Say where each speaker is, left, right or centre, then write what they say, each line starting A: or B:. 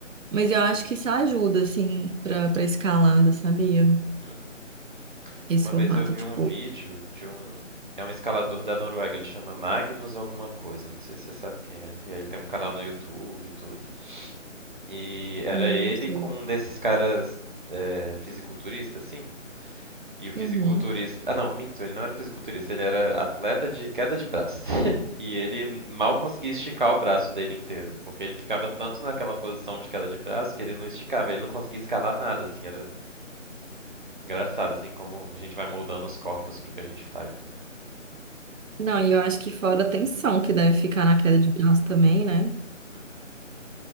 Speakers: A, on the right; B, on the right.
A: Mas eu acho que isso ajuda, assim, pra, pra escalada, sabia?
B: Uhum.
A: Esse
B: Uma
A: formato,
B: vez eu vi
A: tipo.
B: um vídeo de um. É um escalador da Noruega, ele chama Magnus alguma coisa, não sei se você sabe quem é. E aí ele tem um canal no YouTube e tudo. E era
A: Hum,
B: ele
A: eu sei.
B: com um desses caras é, fisiculturista, assim. E o fisiculturista.
A: Uhum.
B: Ah, não, minto, ele não era fisiculturista, ele era atleta de queda de braço. <laughs> E ele mal conseguia esticar o braço dele inteiro, porque ele ficava tanto naquela posição de queda de braço que ele não esticava, ele não conseguia escalar nada, assim. Era engraçado, assim, como a gente vai moldando os corpos pro que a gente faz, né?
A: Não, e eu acho que fora a tensão que deve ficar na queda de braço também, né?
B: Uhum.